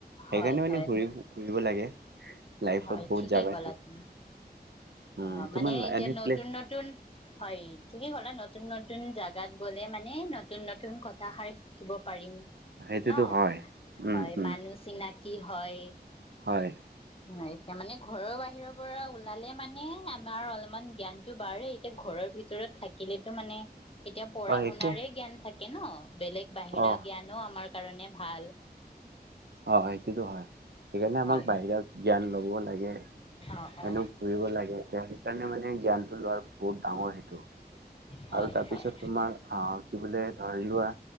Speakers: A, on the right (about 80°); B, on the left (about 35°).
A: সেইকাৰণে
B: হয়
A: মানে
B: হয়
A: ঘূৰি ফুৰিব লাগে। লাইফত
B: হয়
A: বহুত
B: ঠিকেই
A: জাগা
B: কলা তুমি।
A: উম
B: অহ
A: তোমাৰ
B: মানে এতিয়া
A: এনে
B: নতুন
A: প্লে
B: নতুন হয়। থিকে ক'লা নতুন নতুন জাগাত গ'লে মানে নতুন নত- নতুন কথাষাৰ শিকিব পাৰিম
A: সেইটোতো
B: নহ
A: হয় উম
B: হয়
A: উম
B: মানুহ চিনাক- কি হয়।
A: হয়।
B: এতিয়া মানে ঘৰৰ বাহিৰৰ পৰা ওলালে মানে আমাৰ অলপমান জ্ঞানটো বাঢ়ে এতিয়া ঘৰত ভিতৰত থাকিলেতো মানে এতিয়া পঢ়া
A: অ
B: শুনাৰে
A: একো
B: জ্ঞান থাকে ন বেলেগ বাহিৰা
A: অ
B: জ্ঞানো আমাৰ কাৰণে ভাল।
A: হয় সেইটোতো হয় সেইকাৰণে আমাক
B: হয়
A: বাহিৰত জ্ঞান লব লাগে।
B: অ অ
A: এনো ঘূৰিব লাগে এতিয়া সেইকাৰণে মানে জ্ঞানটো লোৱাৰ বহুত ডাঙৰ সেইটো।
B: হয়
A: আৰু তাৰপিছত
B: হয়
A: তোমাৰ অহ কি বোলে ধৰি লোৱা।